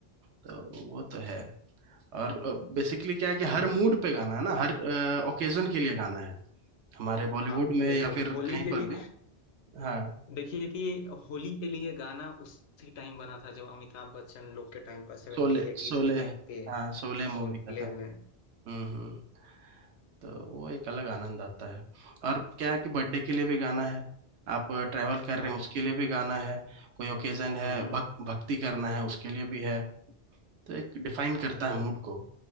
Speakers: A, on the right (about 85°); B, on the left (about 80°).
A: तो वो तो है और बेसिकली क्या है कि हर मूड पे गाना है ना हर ओकेजन के लिए गाना है हमारे बॉलीवुड
B: हाँ
A: में
B: बिल्कुल
A: या फिर
B: होली
A: कहीं
B: के लिए
A: पर भी हाँ
B: देखिए कि होली के लिए गाना उसी टाइम बना था जब अमिताभ बच्चन लोग के टाइम पर 70s
A: शोले
B: 80s
A: शोले
B: के टाइम पे
A: हाँ शोले मूवी
B: शोले
A: का था
B: में
A: हम्म हम्म तो वो एक अलग आनंद आता है और क्या है कि बर्थडे के लिए भी गाना है आप ट्रैवल कर रहे
B: हाँ
A: हैं उसके लिए भी गाना है कोई ओकेजन है
B: हम्म
A: भक, भक्ति करना है उसके लिए भी है तो एक डिफाइन करता है मूड को